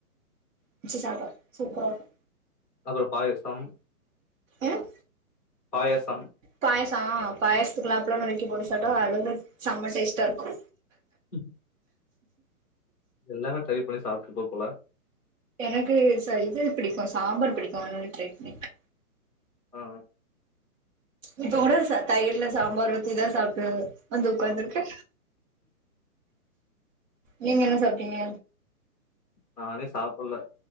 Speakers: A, on the right; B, in the centre.
A: வச்சி சாப்டா சூப்பராருக்கு
B: அப்ற பாயசம்
A: ம்
B: பாயசம்
A: பாயசம் ஆ பாயசத்துக்குலா அப்பள நொறுக்கி போட்டு சாப்டா அதவுட சம்ம டேஸ்ட்டா இருக்கு
B: ம் ம் எல்லாமே ட்ரை பண்ணி சாப்டுறுப்ப போல
A: எனக்கு ச இது புடிக்கு சாம்பார் புடிக்கு அதுனால ட்ரை பண்ணிருக்
B: ஆ
A: இப்ப கூட ச தயிர்ல சாம்பார் ஊத்திதா சாப்ட்டு வந்து உக்காந்துருக்கே நீங்க என்ன சாப்டீங்க?
B: நானே சாப்புல்ல